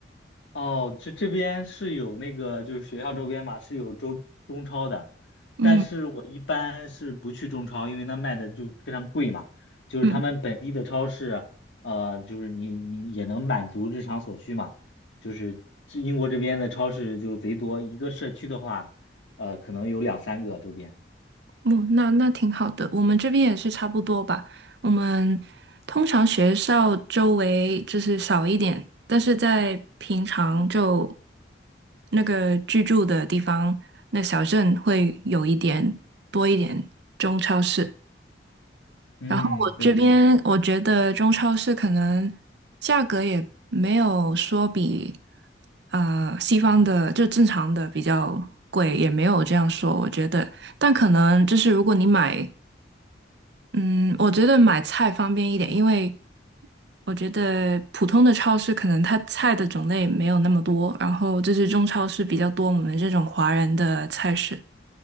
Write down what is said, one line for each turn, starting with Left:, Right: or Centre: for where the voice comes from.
Left: 哦，这这边是有那个，就是学校周边嘛，是有中中超的，
Right: 嗯
Left: 但是我一般是不去中超，因为那卖的就非常贵嘛。就是他们本地的超市，
Right: 嗯。
Left: 呃，就是你你也能满足日常所需嘛。就是这英国这边的超市就贼多，一个社区的话，呃，可能有两三个周边。
Right: 嗯，那那挺好的，我们这边也是差不多吧。我们通常学校周围就是少一点，但是在平常就那个居住的地方，那小镇会有一点多一点中超市。
Left: 嗯，
Right: 然后我这边我觉得中超市可能价格也没有说比
Left: 对对
Right: 呃西方的就正常的比较贵，也没有这样说，我觉得。但可能就是如果你买嗯，我觉得买菜方便一点，因为我觉得普通的超市可能它菜的种类没有那么多，然后就是中超市比较多我们这种华人的菜市。